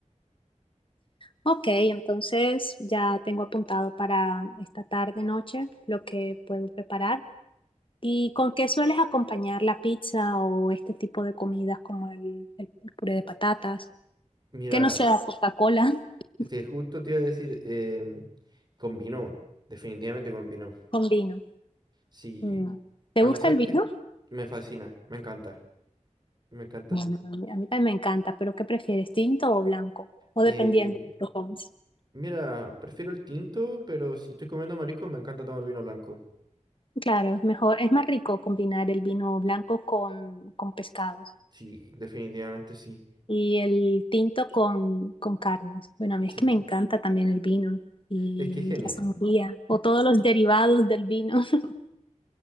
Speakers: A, on the left; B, on the right.
A: ok, entonces ya tengo apuntado para esta tarde, noche, lo que puedo preparar. ¿Y con qué sueles acompañar la pizza o este tipo de comidas como el, el puré de patatas?
B: Mira,
A: Que no sea Coca-Cola <laughs>
B: este, justo te iba a decir, em, combinó, weón. definitivamente combinó.
A: con vino.
B: Sí,
A: Mm. ¿Te
B: a
A: gusta
B: no ser
A: el vino?
B: que est- me fascina, me encanta, me encanta.
A: Bueno, a mí, a mí también me encanta, pero ¿qué prefieres, tinto o blanco? O
B: Eh,
A: dependiendo de los hobbies.
B: mira, prefiero el tinto, pero si estoy comiendo marisco, me encanta tomar vino blanco.
A: Claro, es mejor, es más rico combinar el vino blanco con, con pescados
B: Sí, definitivamente sí.
A: y el tinto con, con carnes. Bueno, a mí
B: Sí,
A: es que me encanta también el vino y
B: es que es genial.
A: la sangría o todos los derivados del vino. <laughs>